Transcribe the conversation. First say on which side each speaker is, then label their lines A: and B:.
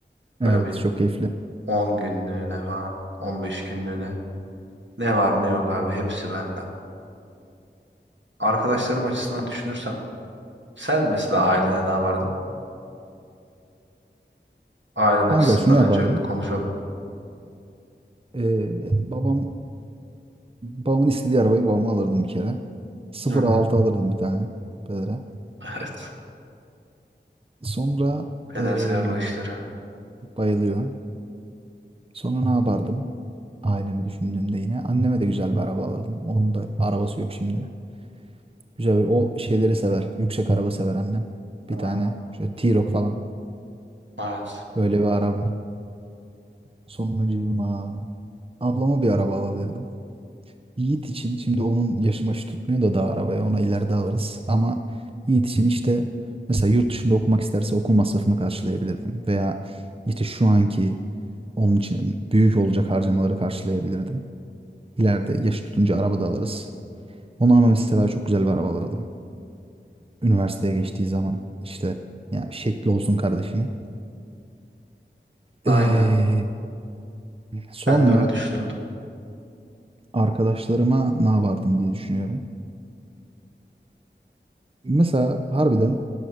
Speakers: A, on the right (about 30°); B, on the right (about 80°).
A: Evet
B: Böyle bir
A: çok keyifli.
B: 10 günlüğüne falan 15 günlüğüne. Ne var ne yok abi hepsi benden. Arkadaşlarım açısından düşünürsem sen mesela ailene ne yapardın? Ailen açısından
A: Kanka şunu yapardım.
B: önce konuşalım.
A: Ee, babam babamın istediği arabayı babama alırdım bir kere. 0.6
B: Hı hı.
A: alırdım bir tane pedere.
B: Evet.
A: Sonra
B: Peder
A: ee,
B: sever o işleri.
A: bayılıyor. Sonra ne yapardım? Ailemi düşündüğümde yine anneme de güzel bir araba alırdım. Onun da arabası yok şimdi. Güzel bir, o şeyleri sever. Yüksek araba sever annem.
B: Hı.
A: Bir tane şöyle T-Roc falan.
B: Evet.
A: Öyle bir araba. Sonracığıma ablama bir araba alabilirdim. Yiğit için şimdi onun yaşı maşı tutmuyor da daha arabaya ona ileride alırız. Ama Yiğit için işte mesela yurt dışında okumak isterse okul masrafını karşılayabilirdim. Veya işte şu anki onun için büyük olacak harcamaları karşılayabilirdim. İleride yaş tutunca araba da alırız. Ona ama mesela çok güzel bir araba alırdım. Üniversiteye geçtiği zaman işte yani şekli olsun kardeşimin.
B: Aynı.
A: Ee, sonra
B: Ben de öyle düşünürdüm.
A: arkadaşlarıma ne yapardım diye düşünüyorum. Mesela harbiden